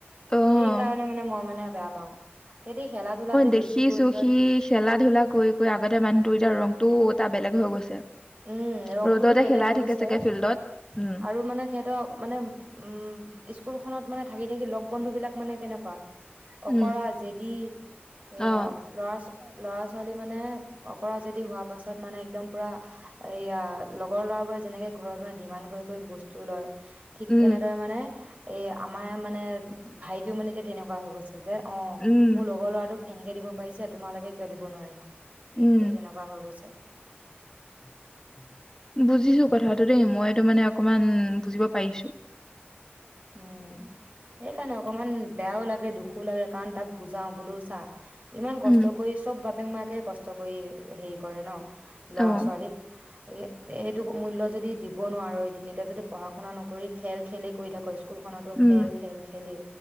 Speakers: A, on the left; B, on the right.
A: অ',
B: সেই কাৰণে মানে মই মানে বেয়া। পাওঁ। সেতি খেলা ধূলাত। যে
A: দেখিছোঁ
B: বেছি গুৰুত্ব
A: সি খেলা ধূলা কৰি কৰি আগতে মানুহটো এতিয়া ৰংটো। টা বেলেগ হৈ গৈছে।
B: উম ৰংটোতো
A: ৰ'দতে
B: বেলেগ
A: খেলাই
B: হৈছে
A: থাকে চাগে ফিল্ডত। উম,
B: আৰু মানে সিহঁতৰ মানে। উম স্কুলখনত মানে থাকি থাকি লগ বন্ধু বিলাক মানে কেনেকুৱা? অকৰা
A: উম,
B: জেদি এ
A: অ',
B: ল'ৰা ছ ল'ৰা ছোৱালী মানে অকৰা যদি হোৱা পাছত মানে একদম পুৰা। এইয়া লগৰ ল'ৰাবোৰে যেনেকে ঘৰত মানে ডিমাণ্ড কৰি কৰি বস্তু লয়। ঠিক
A: উম,
B: তেনেদৰে মানে। এ আমাৰ মানে, ভাইটিও মানে এতিয়া তেনেকুৱা হৈ গৈছে। যে অ
A: উম,
B: মোৰ লগৰ ল'ৰাটোক এনেকে দিব পাৰিছে তোমালোকে কিয় দিব নোৱাৰিবা।
A: উম,
B: সেই তেনেকুৱা হৈ গৈছে। উম উম <inaudible>
A: বুজিছো ক কথাটো দেই, মইতো মানে অকমান বুজিব পাৰিছো।
B: উম, সেইকাৰণে অকমান বেয়াও লাগে, দুখো লাগে কাৰণ তাক বুজাও বোলো চা ইমান কষ্ট
A: উম,
B: কৰি চব ব বাপেক মাকে কষ্ট কৰি হেৰি কৰে ন। ল'ৰা
A: অ',
B: ছোৱালীক সেইটো মূল্য যদি দিব নোৱাৰো এদিন এতিয়া যদি পঢ়া শুনা নকৰি খেল খেলেই কৰি থাকো স্কুল খনতো
A: উম,
B: খেল খেল খেলি,